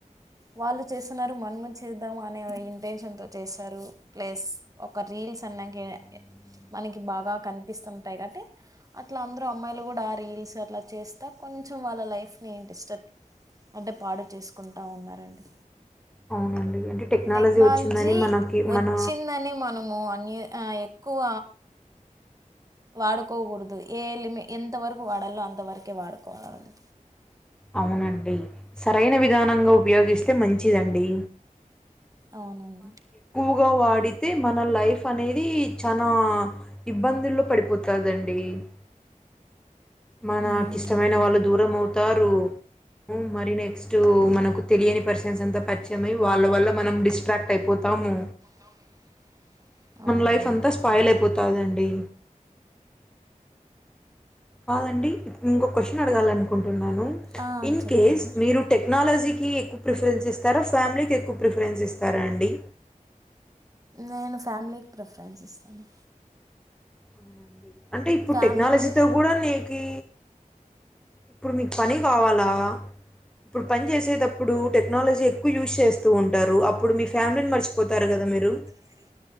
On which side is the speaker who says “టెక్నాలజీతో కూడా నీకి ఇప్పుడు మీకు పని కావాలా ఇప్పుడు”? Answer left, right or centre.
Centre